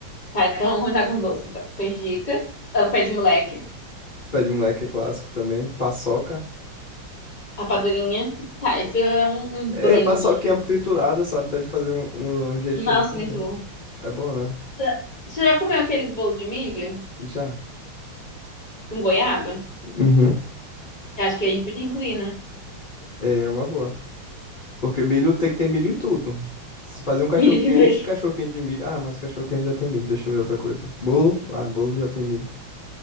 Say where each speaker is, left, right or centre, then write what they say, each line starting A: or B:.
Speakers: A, on the left (about 35°); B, on the left (about 75°).
A: Tá, então vamos começar com os doces, então. Canjica, ah, pé de moleque.
B: Pé de moleque é clássico também. Paçoca.
A: Rapadurinha. Tá, Esse é um, um
B: E
A: blend.
B: paçoquinha triturada, sabe? Dá de fazer um, um jeitinho
A: Nossa,
B: diferente.
A: muito bom.
B: É bom, né?
A: Tá, Você já comeu aqueles bolos de milho
B: Já.
A: com goiaba?
B: Uhum.
A: Eu Acho que a gente podia incluir, né?
B: É uma boa. Porque milho tem que ter milho em tudo. Se fazer um cachorro
A: Milho de
B: quente,
A: milho.
B: cachorro quente de milho. Ah, mas cachorro quente já tem milho. Deixa eu ver outra coisa. Bolo? Ah, bolo já tem milho.